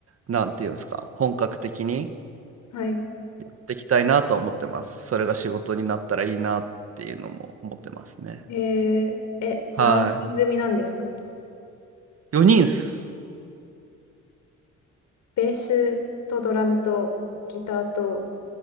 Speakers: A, on the right; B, on the left.
A: なんていうんですか、本格的に
B: はい。
A: やっていきたいなとは思ってます。それが仕事になったらいいなっていうのも思ってますね。
B: へえ、え、何人組なんですか
A: はい。4人っす。
B: ベースとドラムとギターと、